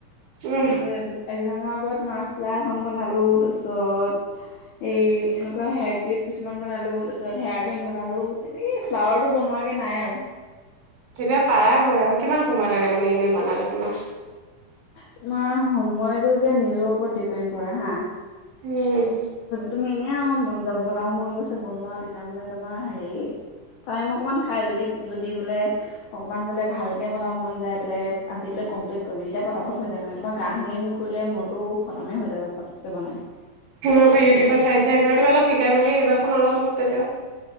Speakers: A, on the right; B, on the left.
A: উম
B: তোৰ' একজামৰ আগত মাৰ্ক লাই এখন বনালো তাৰ পিছত সেই এনেকুৱা হেয়াৰ ক্লিপ কিছুমান বনালো তাৰ পিছত হেয়াৰেণ্ড বনালো তেনেকে ফ্লাৱাৰ টো বনোৱাকে নাই আৰু
A: তেতিয়াা পাৰা গৈ আৰু কিমান সময় লাগে মানে এনেই বনালে তোমাক
B: তোমাৰ সময়তটো যে নিজৰ ওপৰত ডিপেণ্ড কৰে হা
A: হম
B: তুমি এনে আৰু মন যাম বনাও মন গৈছে বনোৱা তেতিয়া মানে তোমাৰ হেৰি টাইম অকমান খাই যদি যদি বোলে অকমান বোলে ভালকে বনাব মন যায় বোলে আজি বোলে কম্লট কৰিম তেতিয়া পতাপত হৈ যায় মানে তোমাৰ গান শুনি কৰিলে মোৰতো খমেই হৈ যাব পতকে বনাই
A: আকৌ ইউটিউবত চাই চাই তমি অলপ শিকাই মেলি দিবাচোন অলপ মোক তেতিয়া